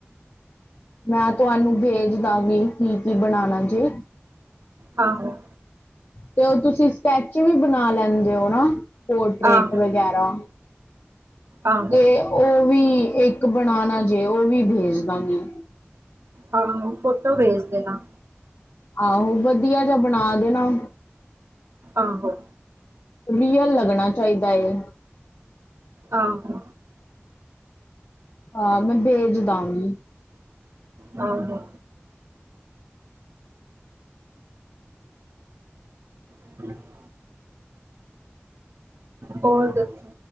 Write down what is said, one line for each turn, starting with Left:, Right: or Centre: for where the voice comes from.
Left: ਮੈਂ ਤੁਆਨੂੰ ਬੇਜ ਦਾਂਗੀ ਕੀ-ਕੀ ਬਣਾਣਾ ਜੀ।
Right: ਆਹੋ।
Left: ਤੇ ਓ ਤੁਸੀ ਸਕੈਚ ਵੀ ਬਨਾ ਲੈਂ ਪੀਂਦੇ ਹੋ ਨਾ ਪੋਰਟਰੇਟ
Right: ਆਹੋ,
Left: ਵਗੈਰਾ,
Right: ਆਹੋ,
Left: ਤੇ ਓ ਵੀ ਇੱਕ ਬਣਾਣਾ ਜੇ ਉਹ ਵੀ ਬੇਜ ਦਾਂਗੀ।
Right: ਹਾਂ ਫੋਟੋ ਭੇਜ ਦੇਣਾ।
Left: ਆਹੋ ਵਧੀਆ ਜਹਾ ਬਣਾ ਦੇਣਾ।
Right: ਆਹੋ,
Left: ਰੀਅਲ ਲੱਗਣਾ ਚਾਹੀਦਾ ਏ।
Right: ਆਹੋ।
Left: ਹਾਂ ਮੈਂ ਬੇਜ ਦਾਗੀ।
Right: ਆਹੋ। <unintelligible> ਹੋਰ ਦੱਸੋ?